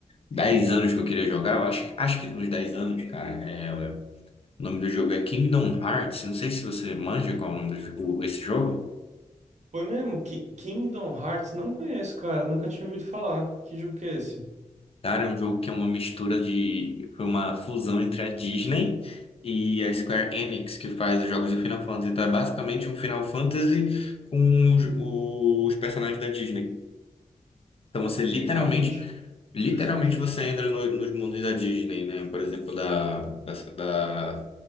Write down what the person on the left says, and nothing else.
10 anos que eu queria jogar. Eu acho, acho que uns 10 anos, cara. É, o nome do jogo é Kingdom Hearts. Não sei se você manja qual é o nome do jogo, esse jogo.
Cara, é um jogo que é uma mistura de. Foi uma fusão entre a Disney e a Square Enix, que faz os jogos do Final Fantasy. Então é basicamente um Final Fantasy com os, os personagens da Disney. Então você literalmente,
literalmente
você
entra no- nos mundos da Disney, né? Por exemplo, da, da,